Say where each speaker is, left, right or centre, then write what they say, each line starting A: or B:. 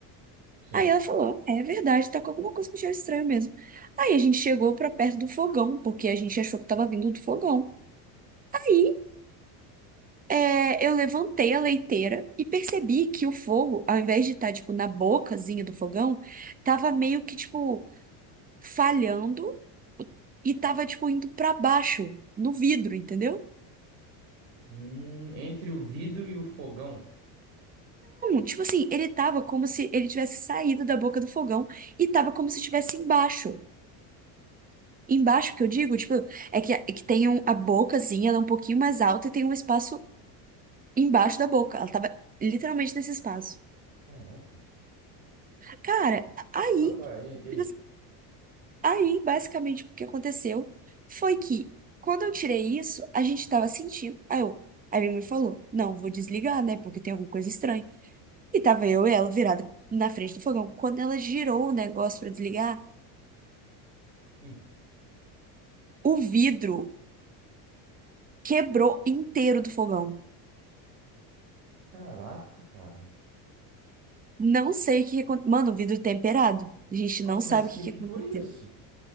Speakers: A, on the right; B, on the right.
A: sim.
B: Aí ela falou: É verdade, tá com alguma coisa com cheiro estranho mesmo. Aí a gente chegou pra perto do fogão, porque a gente achou que tava vindo do fogão. Aí é, eu levantei a leiteira e percebi que o fogo, ao invés de estar, tipo, na bocazinha do fogão, tava meio que, tipo, falhando e tava, tipo, indo pra baixo, no vidro, entendeu?
A: Hum, entre o vidro e o fogão.
B: Tipo assim, ele tava como se ele tivesse saído da boca do fogão e tava como se estivesse embaixo. Embaixo que eu digo, tipo, é que, é que tem um- a bocazinha, ela é um pouquinho mais alta e tem um espaço embaixo da boca. Ela tava literalmente nesse espaço.
A: Caraca.
B: Cara, aí,
A: Ah, tá. E, e aí?
B: tipo assim, aí basicamente o que aconteceu foi que quando eu tirei isso, a gente tava sentindo. Aí eu, aí minha mãe falou: Não, vou desligar, né? Porque tem alguma coisa estranha. E tava eu e ela virada na frente do fogão. Quando ela girou o negócio pra desligar.
A: Hum.
B: O vidro quebrou inteiro do fogão.
A: Caraca, cara.
B: Não sei o que aconteceu. Mano, o vidro é temperado. A gente
A: Nossa,
B: não sabe
A: mas o
B: o
A: que
B: que que
A: que
B: aconteceu.
A: foi isso?